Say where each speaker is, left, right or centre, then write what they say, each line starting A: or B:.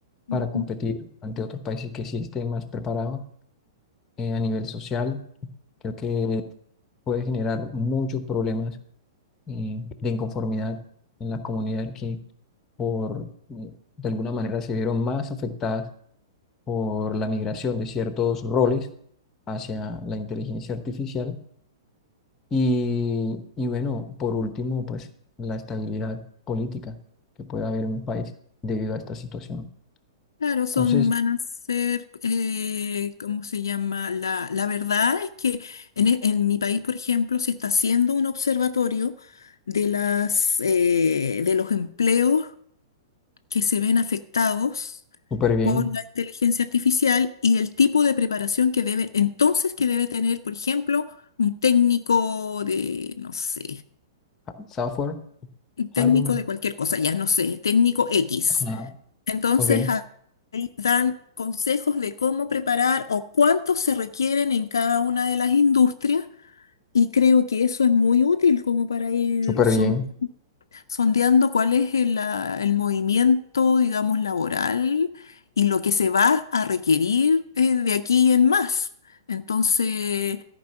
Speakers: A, on the left; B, on the left.
A: para
B: Mm.
A: competir ante otros países que sí estén más preparados. Eh, a nivel social, creo que puede generar muchos problemas eh, de inconformidad en la comunidad que por, eh, de alguna manera se vieron más afectadas por la migración de ciertos roles hacia la inteligencia artificial y, y bueno, por último, pues la estabilidad política que puede haber en un país debido a esta situación.
B: Claro, son,
A: Entonces,
B: van a ser, eh, ¿cómo se llama? La, la verdad es que en, e- en mi país, por ejemplo, se está haciendo un observatorio de las, eh, de los empleos que se ven afectados
A: súper bien,
B: por la inteligencia artificial y el tipo de preparación que debe, entonces que debe tener, por ejemplo, un técnico de, no sé,
A: ha- software,
B: un técnico
A: hardware,
B: de cualquier cosa, ya no sé, técnico X.
A: ajá,
B: Entonces,
A: ok,
B: ahí dan consejos de cómo preparar o cuántos se requieren en cada una de las industrias y creo que eso es muy útil como para ir
A: súper
B: son-
A: bien,
B: sondeando cuál es el, ah, el movimiento, digamos, laboral y lo que se va a requerir eh, de aquí en más. Entonces,